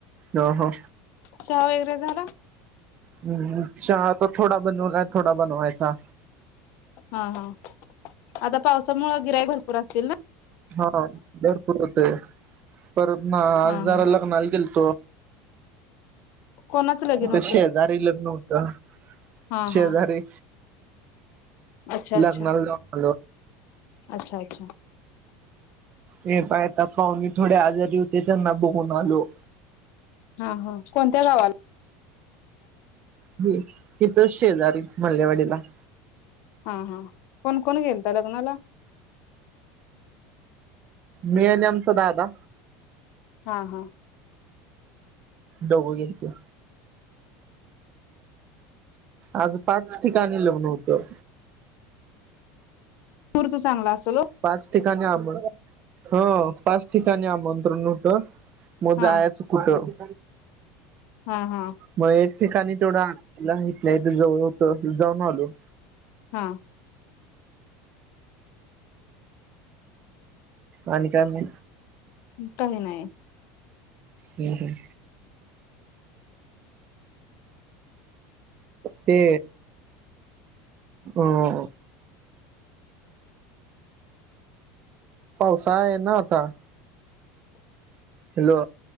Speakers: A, on the right; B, on the left.
A: हो हो.
B: चहा वगैरे झाला?
A: हम् चहा आता थोडा बनवलाय थोडा बनवायचा.
B: हा हा आता पावसामुंळ गिराइक भरपूर असतील ना?
A: हा भरपूर होते परत ना आज
B: हा
A: जरा
B: हा
A: लग्नाला गेलतो.
B: कोणाचं लगीन
A: इथ
B: होतं
A: शेजारी लग्न होतं.
B: हा
A: शेजारी
B: हा अच्छा अच्छा
A: लग्नाला जाऊन आलो.
B: अच्छा अच्छा.
A: हे पायता पाहूने थोडे आजारी होते त्यांना बघून आलो.
B: हा हा कोणत्या गावाला?
A: ह इथीच शेजारी मल्लेवाडीला.
B: हा हा कोण कोण घेलता लग्नाला?
A: मी आणि आमचा दादा.
B: हा हा.
A: दोघ गेलतो. आज पाच ठिकाणी लग्न होतं.
B: पुर च चांगला असल ओ.
A: पाच ठिकाणी आम ह पाच ठिकाणी आमंत्रण होतं. मग
B: हा
A: जायचं कुठं?
B: हा हा.
A: मग एक ठिकाणी तेथोडं आ इथल्या इथ जवळ होत जाऊन आलो.
B: हा.
A: आणि काय मग?
B: काही नाही.
A: हम् हम. ते अ- पावसाळा आहे ना आता. हॅलो.